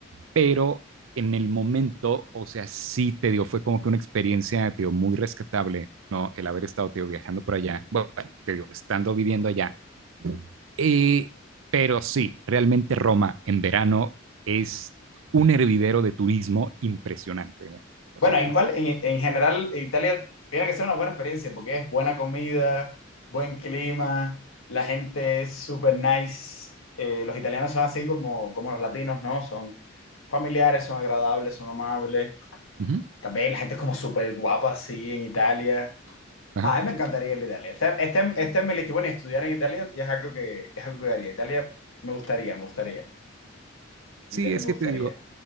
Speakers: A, on the right; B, on the left.
A: pero en el momento, o sea, sí te digo, fue como que una experiencia, te digo, muy rescatable, ¿no? El haber estado, te digo, viajando por allá, bueno, te digo, estando viviendo allá. Eh, pero sí, realmente Roma en verano es un hervidero de turismo impresionante. ¿eh? O
B: Bueno,
A: sea, es...
B: igual en, en general en Italia tiene que ser una buena experiencia porque es buena comida, buen clima, la gente es súper nice. Eh, los italianos son así como, como los latinos, ¿no? Son familiares, son agradables, son amables.
A: Ujú.
B: También la gente es como súper guapa así en Italia.
A: Ajá.
B: A mí me encantaría ir a Italia. Este, este, este es mi lista. Bueno, y estudiar en Italia ya es algo que, es algo que haría. Italia me gustaría, me gustaría.
A: Sí,
B: Italia
A: es
B: me
A: que
B: gustaría.
A: te digo,